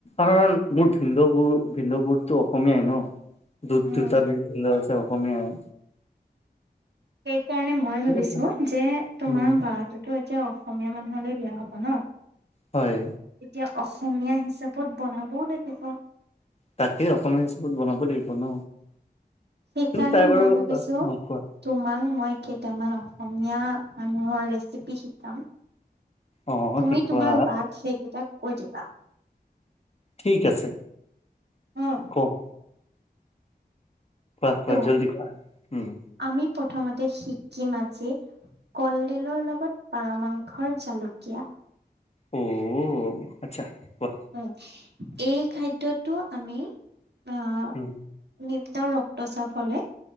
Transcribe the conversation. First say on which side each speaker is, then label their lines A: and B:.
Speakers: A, on the left (about 40°); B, on the right (about 80°).
A: মোৰ ভিণ্ডবোৰ - ভিণ্ডবোৰতো অসমীয়াই ন। দুট-দুটা
B: উম।
A: <unintelligible> আছে, অসমীয়াই আৰু।
B: সেই কাৰণে মই ভাবিছো
A: ভাল
B: যে তোমাৰ
A: উম
B: বাতোটো এতিয়া অসমীয়া মানুহলৈ বেয়া হ'ব ন।
A: হয়।
B: এতিয়া অসমীয়া হিচাপত বনাবও লাগিব।
A: তাকে অসমীয়া হিচাপত বনাব লাগিব। ন
B: সেইকাৰণে
A: তুমি তাই বাৰু
B: মই ভাবিছো
A: অ কোৱা
B: তোমাক মই কেইটামান অসমীয়া মানুহৰ ৰেচিপি শিক কাম
A: অ
B: তুমি
A: শিকোৱা
B: তোমাৰ বাক সেইকেইটা কৈ দিবা।
A: ঠিক আছে।
B: অহ ',
A: কম কোৱা - কোৱা
B: ত'
A: জল্দি কোৱা উম,
B: আমি প্ৰথমতে সিকিম আজি কলডিলৰ লগত পাৰ মাংসৰ জালুকীয়া
A: অহ, আচ্ছা। কোৱা
B: উম, এই খাদ্যটো আমি আহ
A: ওম,
B: নিম্ন ৰক্তচাপ হলে